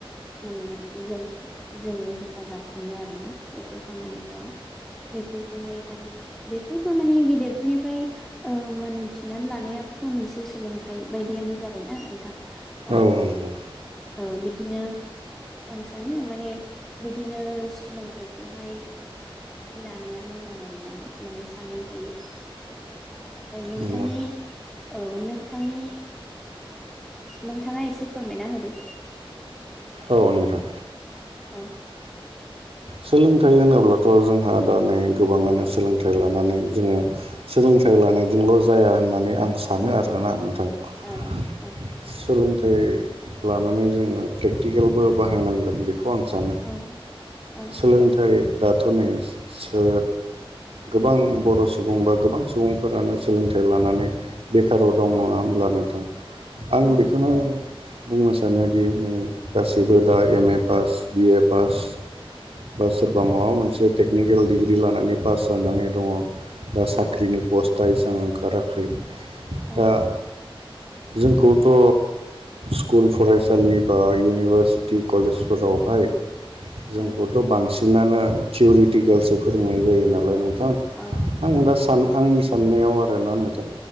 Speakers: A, in the centre; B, on the right.
A: माने जोंखौ जोङो हेफाजाब होनो आरोना बेफोर खामानिफोराव। <unintelligible> खौहाय माने बेफोरबो माने गेदेरफोरनिफ्राय ओ मोनथिनानै लानायाबोथ' मोनसे सोलोंथाइ बायदियानो जाबायना नोंथां। ओ
B: औ नंग'।
A: औ बिदिनो आं सानो माने बिदिनो सोलोंथाइखौहाय लानाया मो जां आरोना माने सानै हयै। नोंथांनि
B: नंगौ
A: औ नोंथांनि नोंथाङा एसे फोरमायना होदो।
B: औ नोंथां।
A: औ।
B: सोलोंथाइ होनोब्लाथ' जोंहा दा नै गोबाङानो सोलोंथाइ लानानै जोङो सोलों थाइ लानायजोंल' जाया होननानै आं सानो आरोना नोंथां।
A: औ औ
B: सोलों थाइ लानानै जोङो प्रेक्टिकेलबो बाहायनांगोन बेखौ आं सानो।
A: औ औ
B: सोलोंथाइ दाथ' नै सो गोबां बर' सुबुं बा गोबां सुबुंफोरानो सोलोंथाइ लानानै बेखाराव दं
A: औ
B: नङा होमब्ला नोंथां? आं
A: औ
B: बेखोनो बुंनो सानोदि गासैबो दा M A pass, BA pass. बा सोरबा माबा मोनसे टेकनिकेल डिग्रि लानानै पास जानानै दङ। दा साख्रिनि
A: औ
B: पस्टआ एसबां ओंखाराखै।
A: औ
B: दा जोंखौथ' स्कुल फरायसालि बा इउनिभारसिटि कलेजफोरावहाय जोंखौथ'
A: औ
B: बांसिनानो थियरिटिकेलसो फोरोंनाय जायो नालाय नों थां।
A: औ
B: आं
A: औ
B: दा सान आंनि साननायाव आरोना नोंथां।